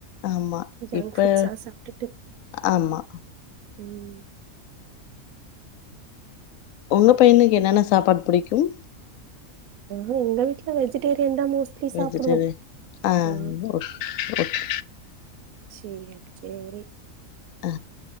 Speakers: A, on the left; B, on the right.
A: ஆமா
B: ஜங்க்
A: இப்ப
B: ஃபுட்ஸா சாப்ட்டுட்டு
A: ஆமா
B: ம்
A: உங்க பையனுக்கு என்னன்ன சாப்பாடு புடிக்கும்
B: ஆ எங்க வீட்ல வெஜிடே ரியன் தா மோஸ்ட்லி சாப்டுவோம்
A: வெஜிடேரியன் ஆ
B: அ
A: ஓக் ஓகே
B: சேரி சேரி
A: அ